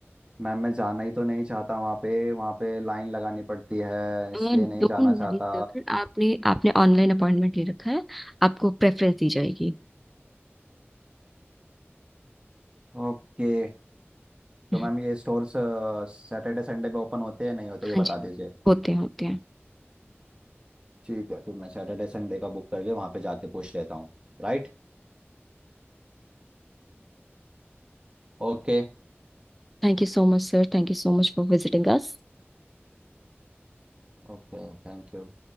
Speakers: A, on the right (about 20°); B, in the centre.
A: मैम मैं जाना ही तो नहीं चाहता वहाँ पे वहाँ पे लाइन लगानी पड़ती है इसलिए
B: डोंट
A: नहीं जाना चाहता
B: वरी सर आपने आपने ऑनलाइन अपॉइंटमेंट ले रखा है आपको प्रेफरेंस दी जाएगी
A: ओके
B: हम्म,
A: तो मैम ये स्टोर्स सैटरडे संडे पे ओपन होते हैं नहीं होते
B: हाँ
A: ये बता
B: जी
A: दीजिए
B: होते हैं होते हैं
A: ठीक है फिर मैं सैटरडे संडे का बुक करके वहाँ पे जाके पूछ लेता हूँ Right Okay
B: Thank you so much sir thank you so much for visiting us
A: Okay thank you